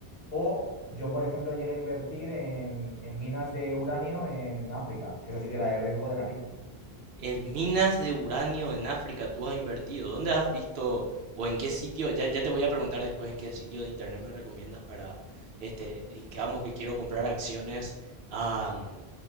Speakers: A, on the left; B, on the right.
A: O yo, por ejemplo, llegué a invertir en, en minas de uranio en África, que eso sí que era de riesgo de narices.
B: En minas de uranio en África tú has invertido. ¿Dónde has visto o en qué sitio? Ya, ya te voy a preguntar después en qué sitio de internet me recomiendas para, este, digamos que quiero comprar acciones am,